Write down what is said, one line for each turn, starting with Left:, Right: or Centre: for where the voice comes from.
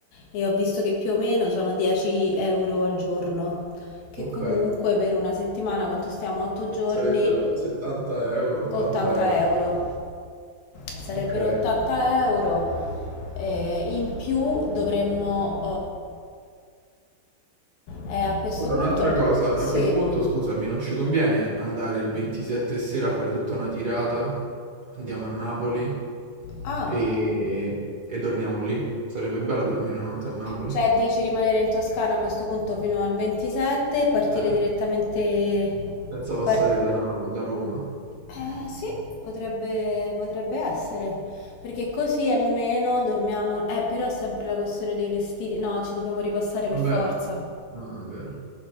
Left: e ho visto che più o meno sono 10 euro al giorno, che
Right: Ok,
Left: comunque per una settimana, quanto stiamo? 8 giorni,
Right: sarebbero 70 euro, 80
Left: 80
Right: euro.
Left: euro. Sarebbero
Right: Ok.
Left: 80 euro, eh, in più dovremmo... eh, eh, a questo
Right: Scusa,
Left: punto...
Right: un'altra cosa,
Left: Sì.
Right: a quel punto, scusami, non ci conviene andare il 27 sera a fare tutta una tirata? Andiamo a Napoli
Left: Ah,
Right: e, e dormiamo lì. Sarebbe bello dormire una notte a Napoli,
Left: cioè dici rimanere in Toscana a questo punto fino al 27, partire
Right: eh,
Left: direttamente...
Right: senza passare
Left: par-
Right: da, Nav- da Roma.
Left: Eh sì, potrebbe, potrebbe essere. Perché così almeno dormiamo... Eh, però sempre la questione dei vestiti... No, ci dobbiamo ripassare
Right: Vabbè,
Left: per forza.
Right: no, non è vero.